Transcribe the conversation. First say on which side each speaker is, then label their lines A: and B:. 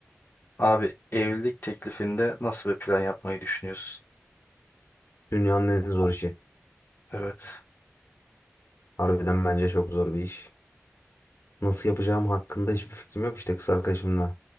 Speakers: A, on the left; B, on the left.
A: Abi evlilik teklifinde nasıl bir plan yapmayı düşünüyorsun?
B: Dünyanın en zor işi.
A: Evet.
B: Harbiden bence çok zor bir iş. Nasıl yapacağım hakkında hiçbir fikrim yok. İşte kız arkadaşımla